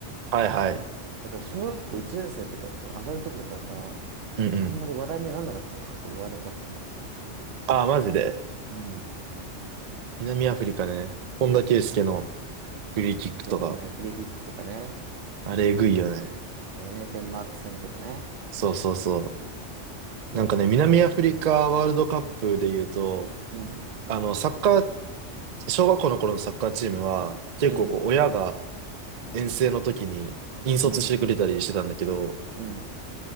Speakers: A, on the right; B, on the right.
A: はいはい。
B: だから小学校1年生とか、その上がる時とかだから、
A: うんうん。
B: あんまり話題にはなんなかったな、そういうワールドカップが。
A: ああ、マジで。
B: うん。
A: 南アフリカね。本田圭佑の
B: 全然。
A: フリーキックとか。
B: そうね、フリーキックとかね。
A: あれ、えぐいよね。
B: あれね、デンマーク戦とかね。
A: そうそうそ
B: やばかったな。
A: う。なんかね、南アフリカワールドカップで言うと、
B: うん、
A: あの、サッカー、小学校の頃のサッカーチームは、結構こう、
B: うん、
A: 親が遠征の時に引率してくれたりしてたんだけど、
B: うん、うん、うん、うん、